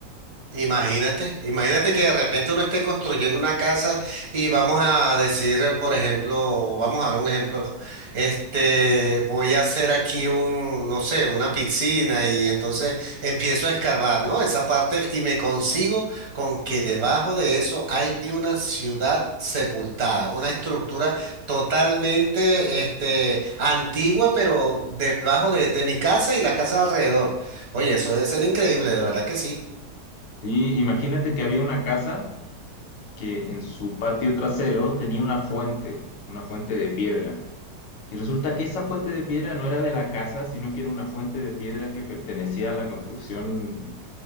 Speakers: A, on the right; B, on the left.
A: Imagínate, imagínate
B: Sí.
A: que de repente uno esté construyendo una casa y vamos a decir, eh, por ejemplo, vamos a dar un ejemplo, este, voy a hacer aquí un, no sé, una piscina y entonces empiezo a escarbar, ¿no? Esa parte y me consigo con que debajo de eso hay una ciudad sepultada, una estructura totalmente, este, antigua, pero debajo de, de mi casa y las casas alrededor. Oye, eso debe ser increíble, de verdad que sí.
B: Y imagínate que había una casa que en su patio trasero tenía una fuente, una fuente de piedra. Y resulta que esa fuente de piedra no era de la casa, sino que era una fuente de piedra que pertenecía a la construcción